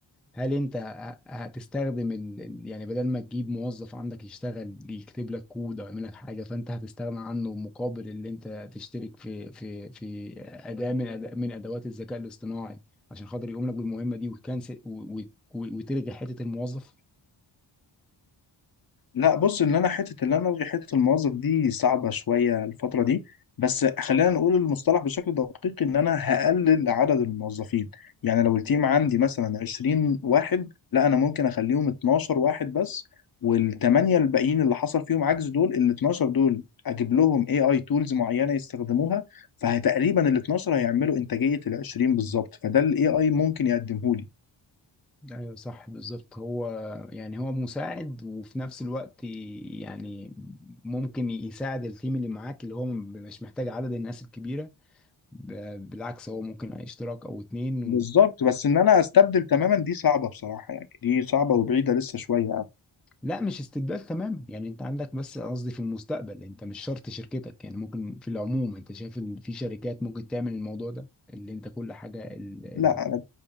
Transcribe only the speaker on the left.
لا بص ان انا حته اللي انا الغي حته الموظف دي صعبه شويه الفتره دي بس خلينا نقول المصطلح بشكل دقيق ان انا هقلل عدد الموظفين يعني لو التيم عندي مثلا 20 واحد لا انا ممكن اخليهم 12 واحد بس والثمانيه الباقيين اللي حصل فيهم عجز دول ال 12 دول اجيب لهم اي اي تولز معينه يستخدموها فتقريبا ال 12 هيعملوا انتاجيه ال 20 بالظبط فده الاي اي ممكن يقدمه لي
بالظبط بس ان انا استبدل تماما دي صعبه بصراحه يعني دي صعبه وبعيده لسه شويه يعني،
لا أنا